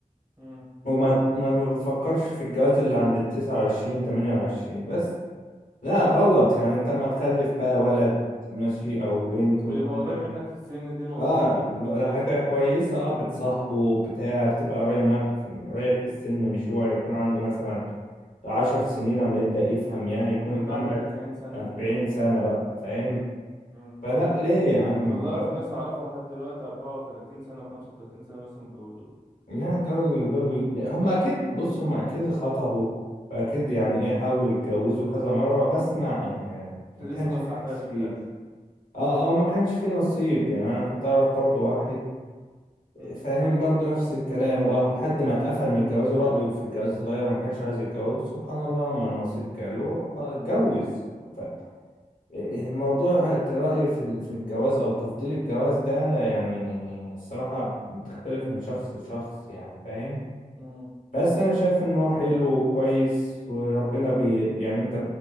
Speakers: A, on the right; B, on the left.
A: مم.
B: وما ما ما بتفكرش في الجواز اللي عند ال 29 28 بس لا غلط يعني انت اما تخلف بقى ولد ماشي او بنت
A: ويبقى
B: وانت عندك
A: قريب منك في السن دي نقطة
B: اه
A: برضو بتبقى كويسة
B: ده حاجة كويسة اه بتصاحبه بتاع بتبقى قريب معاك في- قريب في السن مش هو يكون عنده مثلا عشر سنين لما يبدأ يفهم يعني يكون
A: وانت
B: انت
A: عندك
B: عندك
A: 40 سنة
B: أربعين سنة بقى فاهم
A: مم.
B: فلا ليه يا عم
A: والله
B: غلط.
A: انا في ناس اعرفها لحد دلوقتي 34 سنة و35 سنة ولسه متجوزوش
B: لا دول دول هم أكيد بص هم أكيد خطبوا وأكيد يعني إيه حاولوا يتجوزوا كذا مرة بس ما يعني
A: لسه
B: ما كانش
A: ما
B: في
A: اتعفاش
B: نصيب
A: من الاخر
B: اه اه ما كانش في نصيب يعني أنا كنت أعرف برضو واحد
A: مم.
B: فاهم برضو نفس الكلام واه لحد ما اتقفل من الجواز ورأيه في الجواز اتغير وما كانش عايز يتجوز سبحان الله لما النصيب جاله خ- اتجوز ف- إيه،
A: مم.
B: إيه، موضوع رأيه في ال- في الجواز أو تفضيل الجواز ده يعني الصراحة بتختلف من شخص لشخص يعني فاهم
A: مم.
B: بس أنا شايف إن هو حلو وكويس وربنا بي يعني أنت